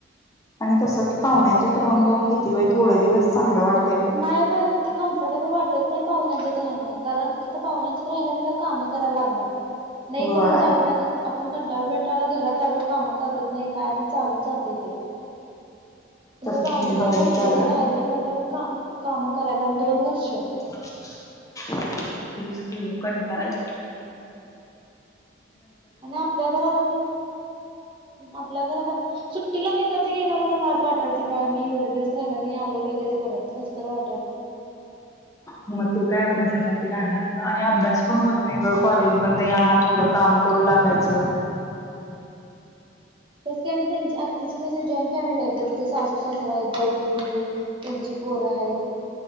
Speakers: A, on the left; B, on the right.
A: आणि तसं की पाहुण्यांच्यात राऊंड रांड किती बाई थोड दिवस चांगलं वाट
B: नाही बा ते कम्फर्टेबल वाटत नाही पाहुनांच्यात राहणं कारण आता पाहुनांच्यात राहायला मला काम करा लागणार नाही
A: होय
B: करून चाल आपण कंटाे घात आलो काम नाही काय नाही चालून जात ते तस
A: तसं
B: पाहुण्यांच्या
A: तेन बाहेर
B: नसते
A: जायला
B: ग राहिले म्ह का काम करा आणि दोन वर्ष
A: तसकी होकंटायते
B: आणि आप घरा आपण घरात सुट्टीला गेला तर गेला मला लाज वाटत ती बा मी एवढे दिवस राहायला मी आलो लगेच त कस वा
A: मग तू काय अभ्यासासाठी राहणार आणि अभ्यास पण होत नाही ग कॉलेज मध नाही आ थोडं काम करू लागायचं <inaudible>
B: तस काय नाही त्यांचे आत्ताची क जॉईंट फॅमिली आहे ग त्यां सासू सासरा आहे जाऊ की त्यांची पोर आहेत